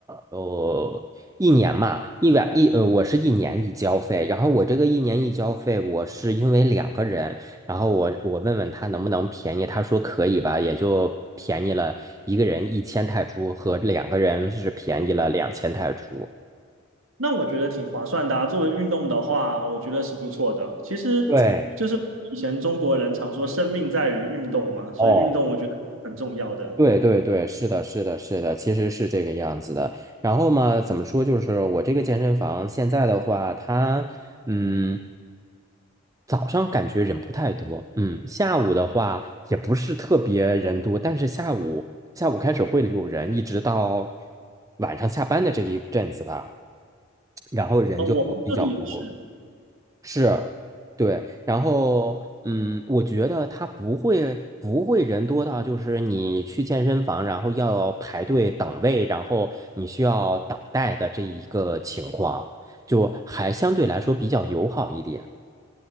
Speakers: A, on the right; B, on the right.
A: 呃一年嘛，一晚一呃，我是一年一交费，然后我这个一年一交费，我是因为两个人，然后我我问问他能不能便宜，他说可以吧，也就便宜了一个人一千泰铢和两个人是便宜了两千泰铢。
B: 那我觉得挺划算的啊。作为运动的话，我觉得是不错的。其实
A: 对，
B: 就是以前中国人常说“生命在于运动”嘛，所以运动我觉得很重要的。
A: 哦，对对对，是的，是的，是的，其实是这个样子的。然后嘛，怎么说？就是我这个健身房现在的话，它。嗯，早上感觉人不太多，嗯，下午的话也不是特别人多，但是下午下午开始会有人，一直到晚上下班的这一阵子吧，然后人就比较多，
B: 哦，我们这里也是。
A: 是，对，然后嗯，我觉得他不会不会人多到就是你去健身房，然后要排队等位，然后你需要等待的这一个情况，就还相对来说比较友好一点。